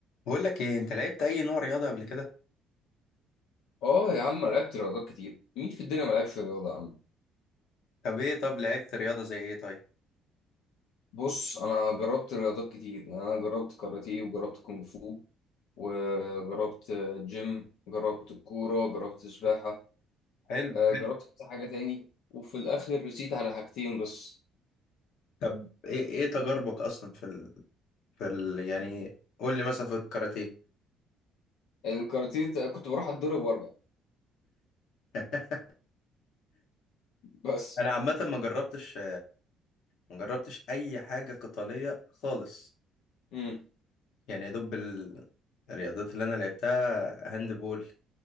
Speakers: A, on the left; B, on the left.
A: بقول لك ايه انت لعبت اي نوع رياضه قبل كده
B: اه يا عم أنا لعبت رياضات كتير مين في الدنيا ما لعبش رياضة يا عم
A: طب ايه طب لعبت رياضه زي ايه طيب
B: بص انا جربت رياضات كتير يعني انا جربت كاراتيه وجربت كونغ فو وجربت جيم جربت كورة جربت سباحة
A: حلو
B: آه،
A: حلو
B: جربت كذا حاجة تاني وفي الاخر رسيت على حاجتين بس
A: طب ايه ايه تجاربك اصلا في ال... في ال... يعني قول لي مثلا في الكاراتيه
B: الكاراتيه كنت بروح اتضرب وارجع
A: <laughs>
B: بس
A: انا عامه ما جربتش ما جربتش اي حاجه قتاليه خالص
B: امم
A: يعني يا دوب ال- الرياضات اللي انا لعبتها هاند بول